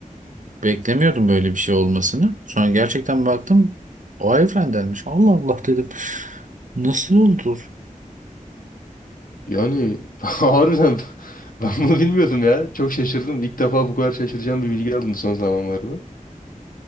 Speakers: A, on the right; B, on the left.
A: <laughs> beklemiyordum böyle bir şey olmasını. Sonra gerçekten baktım o evrendenmiş. Allah Allah dedim. Nasıl oldu?
B: yani <laughs> harbiden ben
A: Hı
B: bunu
A: hı.
B: bilmiyordum ya. Çok şaşırdım. İlk defa bu kadar şaşıracağım bir bilgi aldım son zamanlarda.